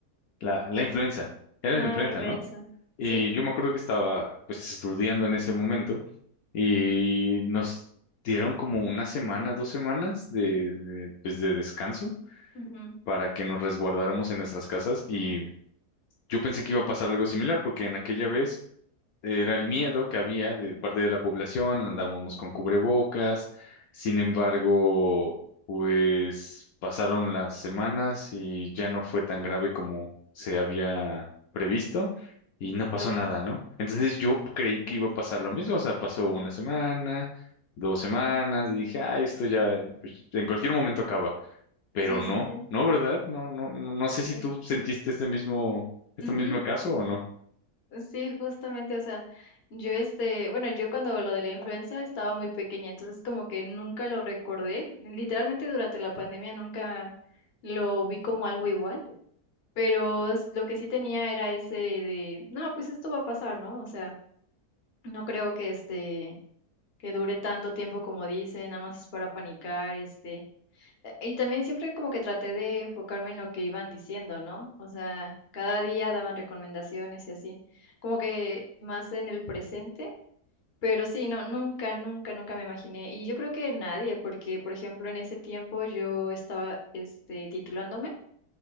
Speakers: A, on the left (about 70°); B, on the left (about 45°).
A: La, la influenza, era
B: Ah,
A: la influenza,
B: la influenza.
A: ¿no? Y
B: Sí.
A: yo me acuerdo que estaba pues estudiando en ese momento y nos dieron como una semana, dos semanas de, de, pues, de descanso
B: Ujú,
A: para que nos resguardáramos en nuestras casas y yo pensé que iba a pasar algo similar porque en aquella vez era el miedo que había de parte de la población, andábamos con cubrebocas, sin embargo, pues pasaron las semanas y ya no fue tan grave como se había previsto y
B: mm,
A: no pasó
B: claro.
A: nada, ¿no? Entonces yo creí que iba a pasar lo mismo, o sea, pasó una semana, dos semanas y dije, ay, esto ya pues, en cualquier momento acaba, pero
B: Sí,
A: no,
B: sí, sí.
A: no, ¿verdad? No, no, no no sé si
B: Eh,
A: tú sentiste este mismo, este
B: ujú.
A: mismo caso o no.
B: Sí, justamente, o sea, yo este, bueno, yo cuando lo de la influenza estaba muy pequeña, entonces como que nunca lo recordé. Literalmente durante la pandemia nunca lo vi como algo igual, pero s- lo que sí tenía era ese de, no, pues esto va a pasar, ¿no? O sea, No creo que este que dure tanto tiempo como dice, nada más es para panicar, este. Eh, Y también siempre como que traté de enfocarme en lo que iban diciendo, ¿no? O sea, cada día daban recomendaciones y así, como que más en el presente, pero sí, no, nunca, nunca, nunca me imaginé. Y yo creo que nadie, porque por ejemplo en ese tiempo yo estaba este titulándome.